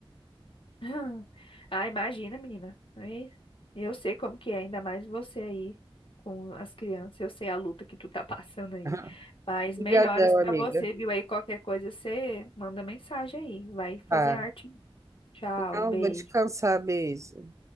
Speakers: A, on the left; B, on the right.
A: <laughs> Ah, imagina, menina. Aí, Eu sei como que é, ainda mais você aí com as crianças. Eu sei a luta que tu tá <laughs> passando aí.
B: <laughs>
A: Mas
B: Obrigadão,
A: melhoras pra
B: amiga.
A: você, viu? Aí qualquer coisa você manda mensagem aí. Vai fazer
B: Tá.
A: arte. Tchau,
B: Não,
A: beijo.
B: vou descansar. Beijo.